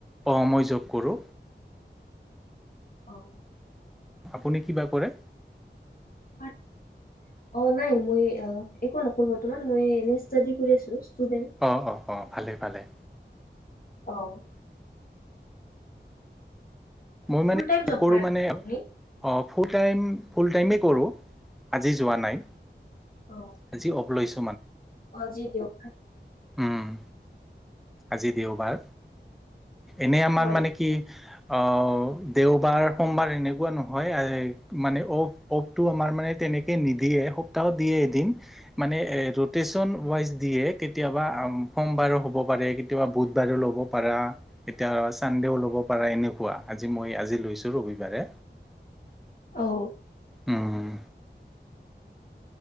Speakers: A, in the centre; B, on the left.
A: অ', মই জব কৰো।
B: অ'।
A: আপুনি কিবা কৰে।
B: <inaudible> অ', নাই মই অ', একো নকৰো বৰ্তমান মই এনে ষ্টাডি কৰি আছো। ষ্টুডেন্ট।
A: অ', অ'-অ', ভালে-ভালে।
B: অ'।
A: মই
B: ফুল
A: মানে,
B: টাইম জব
A: কৰো
B: কৰে
A: মানে
B: নেকি আপুনি?
A: অ' ফুল টাইম ফুল টাইমেই কৰোঁ, আজি যোৱা নাই।
B: অ',
A: আজি অফ লৈছো।
B: অ', আজি দেওবাৰ
A: উম', আজি দেওবাৰ। এনেই আমাৰ
B: হয়।
A: মানে কি অ' দেওবাৰ, সোমবাৰ এনেকুৱা নহয়। <unintelligible> মানে অফ অফটো আমাৰ মানে তেনেকে নিদি দিয়ে। সপ্তাহত দিয়ে এদিন। মানে এ' ৰটেছন অৱাইজ দিয়ে। কেতিয়াবা সোমবাৰো হ'ব হ'ব পাৰে। কেতিয়াবা বুধবাৰেও ল'ব পাৰা, কেতিয়াবা চানদেও ল'ব পাৰা এনেকুৱা। আজি মই আজি লৈ ছো ৰবিবাৰে।
B: অ'
A: উম'